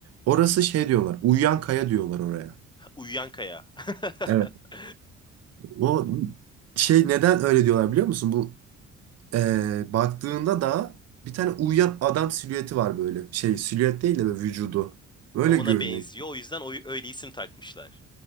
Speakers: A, on the right (about 55°); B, on the left (about 15°).
A: Orası şey diyorlar uyuyan kaya diyorlar oraya.
B: Uyuyan kaya. <laughs>
A: Evet. O şey neden öyle diyorlar biliyor musun? Bu eee, baktığında da bir tane uyuyan adam silüeti var böyle. Şey silüet değil de böyle vücudu. Böyle
B: Ona
A: görünüyor.
B: benziyor. O yüzden o, öyle isim takmışlar.